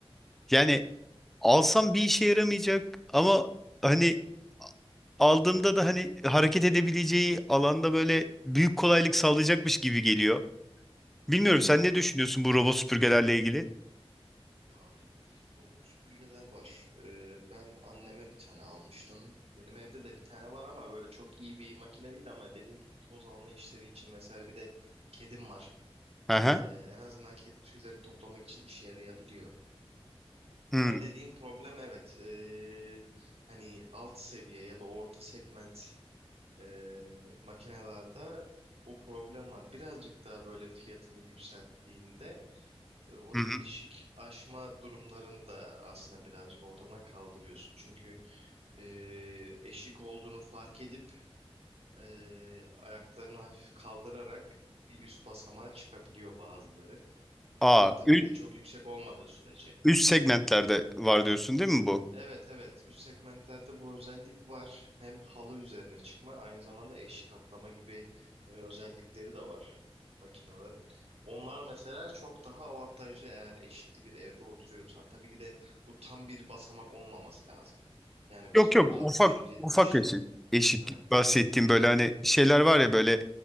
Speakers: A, in the centre; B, on the right.
A: Yani
B: Evet abi.
A: alsam bir işe yaramayacak ama hani aldığımda da hani hareket edebileceği alanda böyle büyük kolaylık sağlayacakmış gibi geliyor. Bilmiyorum sen
B: Ya,
A: ne düşünüyorsun
B: abi-
A: bu robot süpürgelerle
B: ya,
A: ilgili?
B: ya abi iyi robot süpürgeler var. Ee, ben anneme bir tane almıştım. Benim evde de bir tane var ama böyle çok iyi bir makine değil ama dediğim gibi toz alma işleri için vesaire bir de kedim var.
A: Aha.
B: Ee, en azından kedi tüylerini toplamak için işe yarayabiliyor.
A: Hı
B: Ama
A: hı.
B: dediğim problem evet ee, hani alt seviye ya da orta segment ee, makinelerde o problem var. Birazcık daha böyle fiyatını yükselttiğinde E, O
A: hı.
B: eşik aşma durumlarını da aslında birazcık ortadan kaldırıyorsun. Çünkü e, eşik olduğunu fark edip e, ayaklarını hafif kaldırarak bir üst basamağa çıkabiliyor bazıları.
A: Aa,
B: Ama tabii
A: ü-
B: ki de çok yüksek olmadığı sürece.
A: üst segmentlerde var diyorsun değil mi bu?
B: Evet evet üst segmentlerde bu özellik var. Hem halı üzerine çıkma aynı zamanda eşik atlama gibi e, özellikleri de var makinelerin. Onlar mesela çok daha avantajlı eğer eşikli bir evde oturuyorsan. Tabii ki de bu tam bir basamak olmaması lazım. Yani işte
A: Yok yok
B: 160-170
A: ufak ufak eşik. Eşik
B: yani
A: bahsettiğim
B: milimetre.
A: böyle hani şeyler var ya böyle